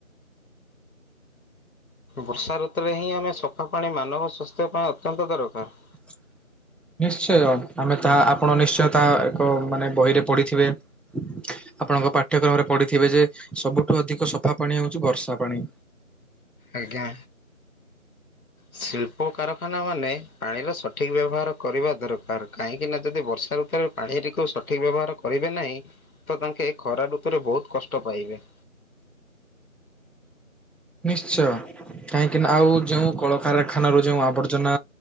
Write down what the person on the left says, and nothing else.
ବର୍ଷା ଋତୁରେ ହିଁ ଆମେ ସଫା ପାଣି ମାନବ ସ୍ୱାସ୍ଥ୍ୟ ପାଇଁ ଅତ୍ୟନ୍ତ ଦରକାର।
ଆଜ୍ଞା। ଶିଳ୍ପ କାରଖାନା ମାନେ ପାଣିର ସଠିକ ବ୍ୟବହାର କରିବା ଦରକାର କାହିଁକି ନା ଯଦି ବର୍ଷା ଋତୁରେ ପାଣିଟିକୁ ସଠିକ ବ୍ୟବହାର କରିବେ ନାହିଁ ତ ତାଙ୍କେ ଖରା ଋତୁରେ ବହୁତ କଷ୍ଟ ପାଇବେ।